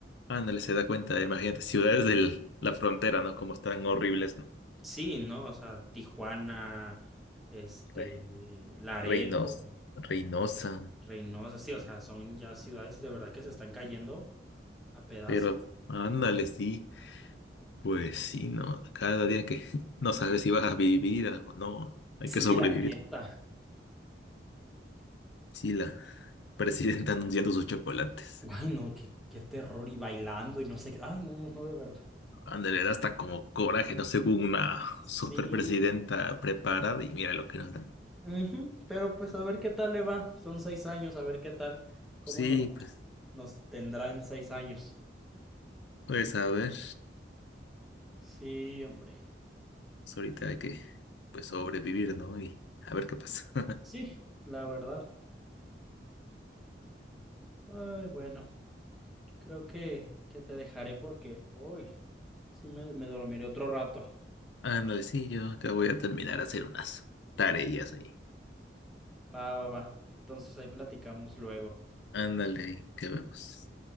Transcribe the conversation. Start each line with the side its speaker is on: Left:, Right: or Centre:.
Left: Ándale, se da cuenta, imagínate, ciudades de la frontera, ¿no? Como están horribles, ¿no?
Centre: Sí, ¿no? O sea, Tijuana, este,
Left: Re-
Centre: Laredo,
Left: Reinos, Reynosa,
Centre: Reynosa, sí, o sea, son ya ciudades de verdad que se están cayendo a pedazos.
Left: pero ándale, sí. Pues sí, ¿no? Cada día que <laughs> no sabes si vas a vivir o no, hay
Centre: Sí,
Left: que sobrevivir.
Centre: la neta.
Left: Sí, la <laughs> presidenta anunciando sus chocolates.
Centre: Ay, no, qué, qué terror y bailando y no sé qué. Ay, no, no, no, de verdad.
Left: Ándale, da hasta como coraje, ¿no? Según una
Centre: Sí.
Left: superpresidenta preparada y mira lo que nos dan.
Centre: Ujú, Pero pues a ver qué tal le va. Son seis años, a ver qué tal, cómo
Left: Sí,
Centre: nos,
Left: pues,
Centre: nos tendrá en seis años.
Left: pues a ver,
Centre: Sí, hombre.
Left: pues ahorita hay que pues sobrevivir, ¿no? Y a ver qué pasa. <laughs>
Centre: Sí, la verdad. Ay, bueno, creo que, que te dejaré porque hoy Sí, me, me dormiré otro rato.
Left: Ándale, sí, yo acá voy a terminar a hacer unas tareas ahí.
Centre: Va, va, va. Entonces ahí platicamos luego.
Left: Ándale, que vemos.